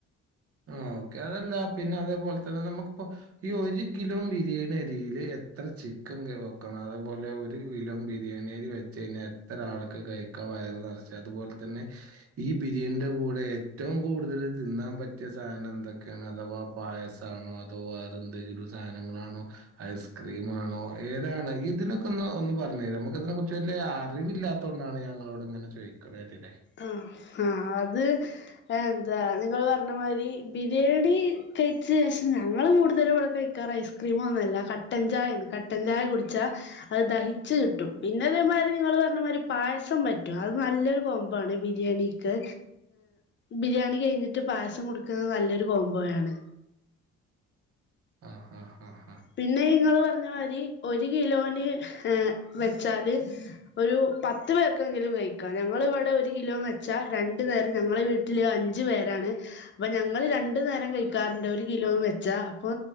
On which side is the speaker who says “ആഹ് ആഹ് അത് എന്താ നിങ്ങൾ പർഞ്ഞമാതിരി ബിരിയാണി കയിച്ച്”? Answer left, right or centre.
Left